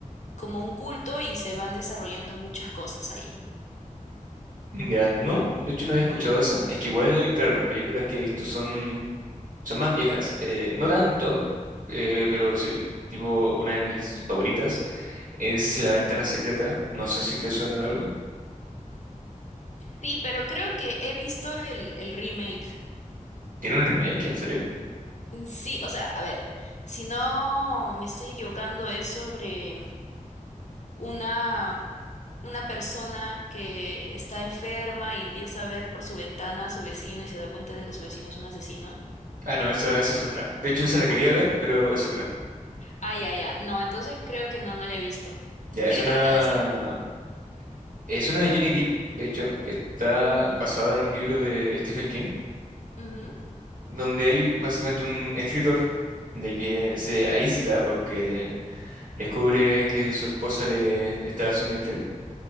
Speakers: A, on the left; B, on the right.
A: como un culto y se van desarrollando muchas cosas ahí.
B: Ya, no, de hecho no había escuchado esa. Es que igual, claro, las películas que he visto son, son más viejas. Eh, no tanto, eh, pero sí. Tipo, una de mis favoritas es La Ventana Secreta. No sé si te suena de algo.
A: Sí, pero creo que he visto el, el remake.
B: ¿Tiene un remake, en serio?
A: Mm, Sí, o sea, a ver, si no me estoy equivocando, es sobre una, una persona que está enferma y empieza a ver por su ventana a su vecino y se da cuenta de que su vecino es un asesino.
B: Ah, no, esa, esa es otra. De hecho, esa la quería
A: Ah,
B: ver, pero es otra.
A: ah, ya, ya. No, entonces creo que no, no la he visto.
B: Ya, es
A: ¿De qué
B: una,
A: trata esa?
B: es una de Johnny Depp, de hecho, que está basada en un libro de Stephen King.
A: Ujú,
B: donde hay básicamente un escritor de que se aísla porque descubre que su esposa le, le estaba siendo infiel.